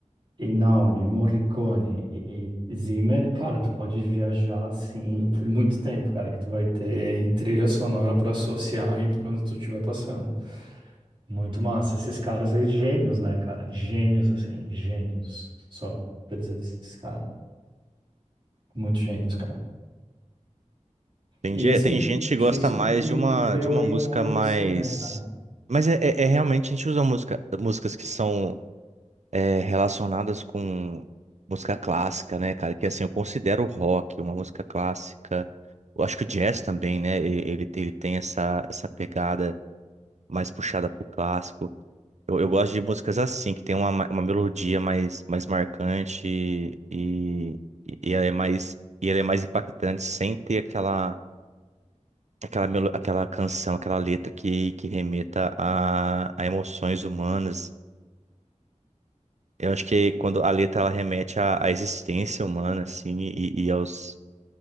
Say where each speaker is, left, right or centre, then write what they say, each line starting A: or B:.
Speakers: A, on the right; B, on the right.
A: Einaudi, Morricone e Zimmer, cara, tu pode viajar assim por muito tempo, cara, que tu vai ter trilha sonora pra associar aí por onde tu estiver passando. Muito massa. Esses caras aí, gênios, né, cara? Gênios, assim, gênios. Só pra dizer desses caras. Muito gênios, cara.
B: Tem,
A: E,
B: dia-
A: assim,
B: tem gente que gosta
A: difícil
B: mais
A: de,
B: de uma,
A: de ver
B: de
A: alguém
B: uma música
A: hoje
B: mais.
A: assim, né, cara?
B: Mas é, é- é realmente, a gente usa música, músicas que são é, relacionadas com música clássica, né, cara? Que assim, eu considero o rock uma música clássica. Eu acho que o jazz também, né? e- Ele, ele tem essa, essa pegada mais puxada pro clássico. Eu, eu gosto de músicas assim, que tem uma, ma- uma melodia mais, mais marcante e, e, e ela é mais, e ela é mais impactante sem ter aquela, aquela, melo, aquela canção, aquela letra que, que remeta a, a emoções humanas. Eu acho que quando a letra ela remete à, à existência humana, assim, e, e aos,